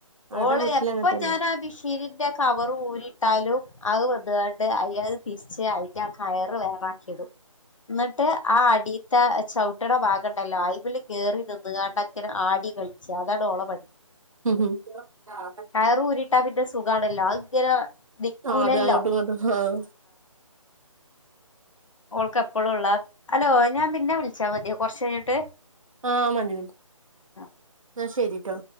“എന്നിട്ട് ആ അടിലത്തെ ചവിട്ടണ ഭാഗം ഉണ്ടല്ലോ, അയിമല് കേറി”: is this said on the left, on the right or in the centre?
Left